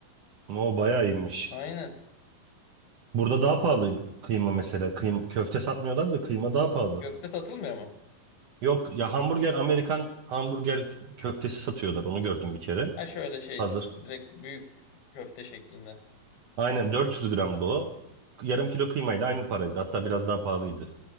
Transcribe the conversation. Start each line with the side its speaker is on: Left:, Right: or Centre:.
Right: O bayağı iyiymiş.
Left: Aynen.
Right: Burada daha pahalı kıyma mesela. Kıyma, köfte satmıyorlar da kıyma daha pahalı.
Left: Köfte satılmıyor mu?
Right: Yok ya hamburger Amerikan hamburger köftesi satıyorlar. Onu gördüm bir kere.
Left: Ha şöyle şey
Right: Hazır.
Left: direkt büyük köfte şeklinde.
Right: Aynen 400 gramdı o. Yarım kilo kıymayla aynı paraydı. Hatta biraz daha pahalıydı.